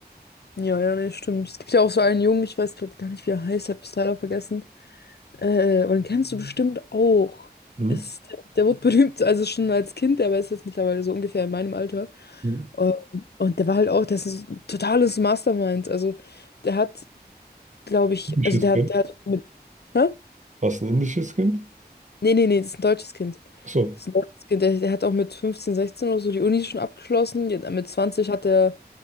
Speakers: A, on the left; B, on the right.
A: Ja, ja, nee, stimmt. Es gibt ja auch so einen Jungen, ich weiß gerade gar nicht, wie er heißt, hab es leider vergessen. Äh, aber den kennst du bestimmt auch.
B: Mhm.
A: Ist, der, der wurde berühmt, also schon als Kind, aber ist jetzt mittlerweile so ungefähr in meinem Alter.
B: Mhm.
A: Ähm, Und der war halt auch, das ist ein totales Mastermind. Also der hat, glaube ich,
B: Indisches
A: also der
B: Kind?
A: hat, der hat mit, hä?
B: Was, ein indisches Kind?
A: Nee, nee, nee, das ist ein deutsches Kind.
B: Achso.
A: Das ist ein deutsches Kind. Der, der hat auch mit 15, 16 oder so die Uni schon abgeschlossen. Ja, Mit 20 hat er